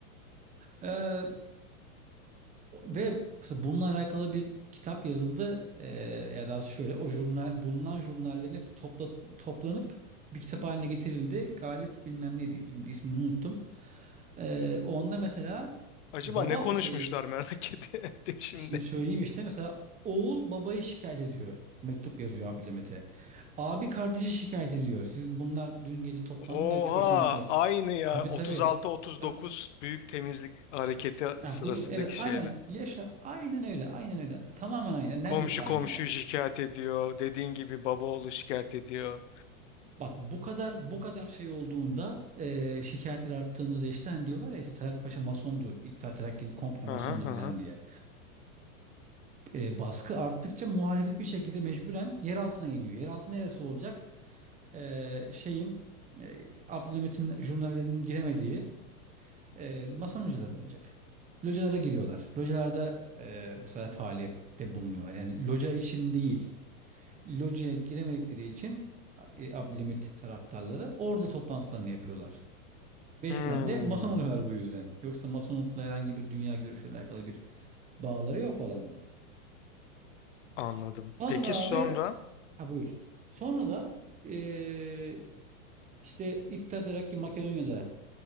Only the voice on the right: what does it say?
Ee, Ve mesela bununla alakalı bir kitap yazıldı. Ee, ya da şöyle o jurnal bulunan jurnallerin hepsi topla, toplanıp bir kitap haline getirildi. Galip bilmem ne diyor. Şimdi ismini unuttum. Ee, onda mesela
baba
şey
şimdi söyleyeyim işte mesela oğul babayı şikayet ediyor. Mektup yazıyor Abdülhamit'e. Abi kardeşi şikayet ediyor. Siz bunlar dün gece toplandınız
da üç beş tane arkadaş.
Tabii
tabii. Tabii.
Ya
buyur evet aynen
yaşa aynen öyle aynen öyle tamamen aynı neredeyse
aynı
yani.
Bak bu kadar bu kadar şey olduğunda e, şikayetler arttığında da işte hani diyorlar ya işte Talat Paşa masondu İttihat Terakki'nin komple
masondu filan
diye. E, e, baskı arttıkça muhalefet bir şekilde mecburen yer altına iniyor. Yer altı neresi olacak? E, şeyin e, Abdülhamit'in jurnallerinin giremediği e, mason hocaları olacak. Localara giriyorlar. Localarda e, bu sefer faaliyette bulunuyorlar. Yani loca için değil. locaya giremedikleri için e, Abdülhamit taraftarları orada toplantılarını yapıyorlar. Mecburen
de mason oluyorlar bu yüzden. Yoksa masonlukla herhangi bir dünya görüşüyle alakalı bir bağları yok olanların yani.
Sonra
abi
ha buyur. Sonra da e, işte İttihat Terakki Makedonya'da